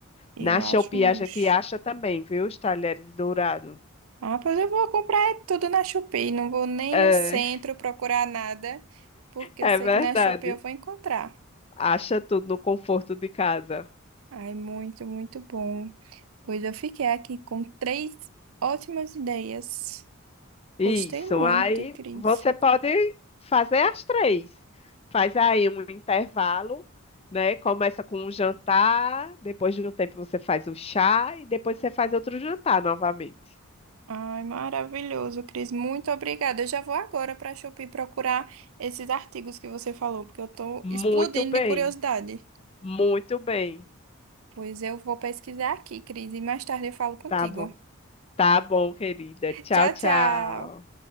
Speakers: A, on the right (about 70°); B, on the left (about 25°).
A: Eu
B: Na Shopee
A: acho um
B: a
A: luxo.
B: gente acha também, viu? Os talheres dourados.
A: Ah, pois eu vou comprar tudo na Shopee. Não vou nem
B: É,
A: no centro procurar nada, porque
B: é
A: eu sei
B: verdade.
A: que na Shopee eu vou encontrar.
B: Acha tudo no conforto de casa.
A: Ai, muito, muito bom. Pois eu fiquei aqui com três ótimas ideias.
B: Isso.
A: Gostei muito,
B: Aí
A: Cris.
B: você pode fazer as três. Faz aí um intervalo, né? Começa com um jantar, depois de um tempo você faz o chá e depois você faz outro jantar novamente.
A: Ai, maravilhoso, Cris. Muito obrigada. Eu já vou agora para a Shopee procurar esses artigos que você falou, porque eu estou
B: Muito
A: explodindo
B: bem,
A: de curiosidade.
B: muito bem.
A: Pois eu vou pesquisar aqui, Cris, e mais tarde eu falo contigo.
B: Tá bom. Tá bom, querida.
A: <laughs>
B: Tchau,
A: Tchau,
B: tchau.
A: tchau.